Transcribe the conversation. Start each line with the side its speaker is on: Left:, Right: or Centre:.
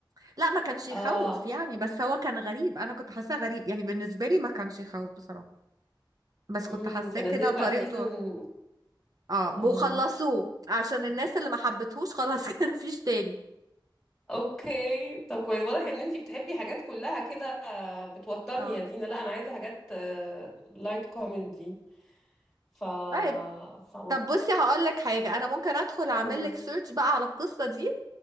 Right: لا ما كانش
Centre: <laughs>
Right: يخوف
Centre: اه
Right: يعني بس هو كان غريب انا كنت حاساه غريب يعني بالنسبه لي ما كانش يخوف بصراحه بس
Centre: امم
Right: كنت حاساه
Centre: فنزلوا
Right: كده طريقته
Centre: بقى سيزون
Right: اه
Centre: اه
Right: وخلصوه عشان الناس اللي ما حبتهوش خلاص <laughs> كان مفيش تاني
Centre: اوكي طب كويس واضح
Right: مم.
Centre: ان انتي بتحبي حاجات كلها كده آه، بتوترني
Right: اه
Centre: يا دينا لا انا عايزه حاجات لايت كوميدي ف
Right: طيب
Centre: ف
Right: طب بصي هقول لك حاجه انا ممكن ادخل اعمل
Centre: امم
Right: لك سيرش بقى على القصه دي